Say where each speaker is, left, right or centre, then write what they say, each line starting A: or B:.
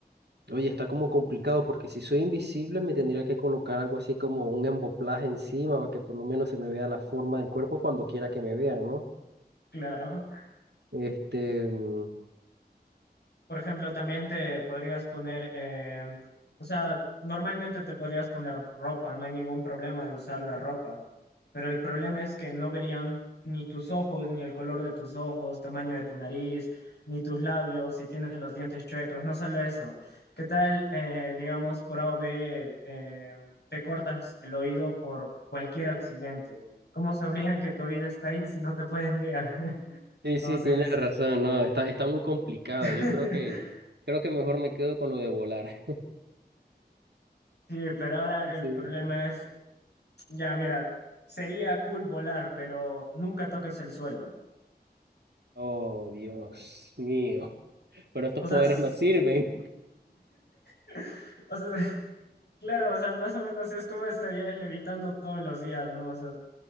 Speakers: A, on the right (about 85°); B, on the left (about 80°).
A: oye, está como complicado porque si soy invisible me tendría que colocar algo así como un emboplaje encima para que por lo menos se me vea la forma del cuerpo cuando quiera que me vean, ¿no?
B: Claro.
A: Este, mm,
B: Por ejemplo, también te podrías poner, eh, o sea, normalmente te podrías poner ropa, no hay ningún problema de usar la ropa, pero el problema es que no verían ni tus ojos, ni el color de tus ojos, tamaño de tu nariz, ni tus labios, si tienes los dientes chuecos, no solo eso. ¿Qué tal, eh, digamos, por A o B, eh, te cortas el oído por cualquier accidente? ¿Cómo sabrían que tu oído está ahí si no te pueden ver? <laughs>
A: sí,
B: Entonces...
A: sí, tienes razón, no, está, está muy complicado.
B: <laughs>
A: Yo creo que, creo que mejor me quedo con lo de volar.
B: Sí, pero ahora el
A: <laughs> Sí.
B: problema es, ya mira, sería cool volar, pero nunca toques el suelo.
A: Oh, Dios mío, pero estos
B: O
A: poderes
B: sea, s-
A: no sirven.
B: <laughs> o sea, <laughs> claro, o sea, más o menos es como estarías levitando todos los días, ¿no? O sea,